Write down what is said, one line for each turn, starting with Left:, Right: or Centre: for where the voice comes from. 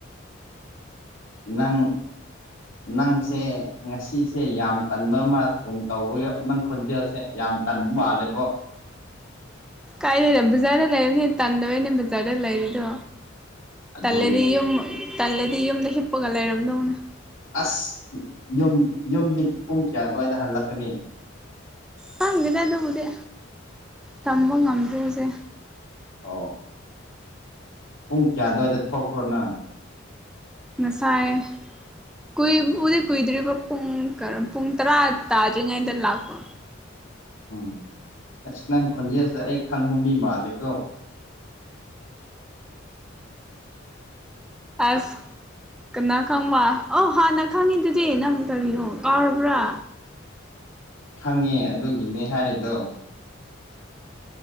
Left: ꯅꯪ ꯅꯪꯁꯦ ꯉꯁꯤꯁꯦ ꯌꯥꯝ ꯇꯟꯕ ꯑꯃꯒꯨꯝ ꯇꯧꯕꯌꯣ ꯅꯪ ꯈꯣꯟꯖꯦꯜꯁꯦ ꯌꯥꯝ ꯇꯟ ꯃꯥꯜꯂꯦꯕꯣ
Centre: ꯀꯥꯏꯗꯅꯣ ꯕꯖꯥꯔꯗ ꯂꯩꯔꯅꯦ ꯇꯥꯟꯗꯕꯅꯦ ꯕꯖꯥꯔꯗ ꯂꯩꯔꯤꯗꯣ
Left: ꯑꯗꯨꯅꯦ
Centre: ꯇꯜꯂꯗꯤ ꯌꯨꯝ ꯇꯜꯂꯗꯤ ꯌꯨꯝꯗ ꯍꯤꯞꯄꯒ ꯂꯩꯥꯏꯔꯝꯗꯧꯅꯦ
Left: ꯑꯁ ꯌꯨꯝ ꯌꯨꯝꯒꯤ ꯄꯨꯡ ꯀꯌꯥ ꯑꯗꯨꯋꯥꯏꯗ ꯍꯜꯂꯛꯀꯅꯤ
Centre: ꯈꯪꯗꯦꯗ ꯑꯗꯨꯕꯨꯗꯤ ꯇꯝꯕ ꯉꯝꯗ꯭ꯔꯣꯗꯦ
Left: ꯑꯣ ꯄꯨꯡ ꯀꯌꯥ ꯑꯗꯨꯋꯥꯏꯗ ꯊꯣꯛꯄ꯭ꯔꯣꯅ
Centre: ꯉꯁꯥꯏ ꯀꯨꯏꯕꯨꯗꯤ ꯀꯨꯏꯗ꯭ꯔꯤꯕ ꯄꯨꯡ ꯀ ꯄꯨꯡ ꯇꯔꯥ ꯇꯥꯗ꯭ꯔꯤꯉꯩꯗ ꯂꯥꯛꯄ
Left: ꯎꯝ ꯑꯁ ꯅꯪ ꯈꯣꯟꯖꯦꯜꯁꯤꯗ ꯑꯩ ꯈꯪꯕ ꯃꯤ ꯃꯥꯜꯂꯦꯀꯣ
Centre: ꯑꯁ ꯀꯅꯥ ꯈꯪꯕ ꯑꯩ ꯍꯥꯟꯅ ꯈꯪꯉꯤꯗꯨꯗꯤ ꯅꯪ ꯀꯔꯤꯅꯣ ꯀꯥꯎꯔꯕ꯭ꯔꯥ
Left: ꯈꯪꯉꯦ ꯑꯗꯨꯒꯤꯅꯦ ꯍꯥꯏꯔꯤꯗꯣ